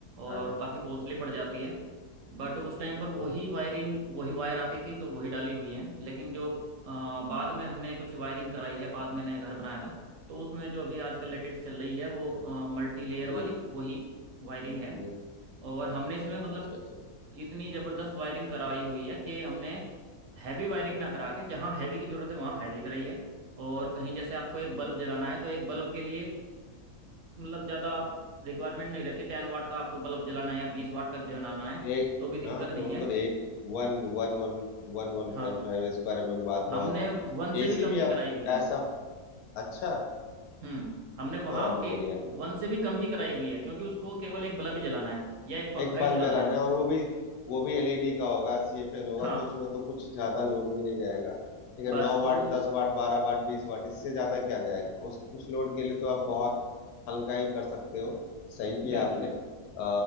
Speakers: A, on the right; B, on the left.
A: और
B: हाँ जी
A: काफ़ी कॉस्टली पड़ जाती है बट उस टाइम पर वही
B: हम्म हम्म,
A: वायरिंग वही वायर आती थी तो वही डाली हुई है लेकिन जो अ, बाद में हमने कुछ वायरिंग कराई है बाद में नया घर बनाया था तो उसमें जो अभी आजकल लेटेस्ट चल रही है वो मल्टी लेयर
B: जी
A: वाली वही वायरिंग है
B: जी
A: और हमने इसमें मतलब
B: अच्छा अच्छा अच्छा।
A: इतनी जबरदस्त वायरिंग कराई हुई है कि हमने हैवी वायरिंग ना करा के जहाँ हैवी की जरूरत है वहाँ हैवी कराई है और कहीं जैसे आपको एक
B: जी
A: बल्ब जलाना है तो एक बल्ब के लिए मतलब ज्यादा रिक्वायरमेंट नहीं रहती टेन वाट का आपको बल्ब जलाना है या बीस वाट का भी जलाना है
B: एक
A: तो भी दिक्कत
B: हाँ तो
A: नहीं
B: वो
A: है
B: तो एक one one one one one
A: हाँ
B: point five इस बारे में बात
A: हमने
B: बहुत है
A: वन से
B: एसी
A: भी कम
B: भी
A: की कराई
B: अब
A: हुई है
B: ऐसा अच्छा
A: हम्म हमने
B: अब
A: वहाँ
B: तो और भी
A: ए,
B: बढ़िया
A: वन से भी कम की कराई हुई है क्योंकि उसको केवल एक बल्ब ही जलाना है या एक पंखा
B: है एक बल्ब
A: ही चलाना
B: जलाना
A: है
B: है और वो भी वो भी एलईडी का होगा सीएफएल होगा
A: हाँ
B: तो उसमें तो कुछ ज्यादा लोड भी नहीं जाएगा ठीक है
A: बस
B: नौ वाट
A: तो
B: दस वाट बारह वाट बीस वाट इससे ज्यादा क्या जाएगा उस उस लोड के लिए तो आप बहुत हल्का ही कर सकते हो सही किया
A: बिल्कुल
B: आपने
A: बिल्कुल
B: अ,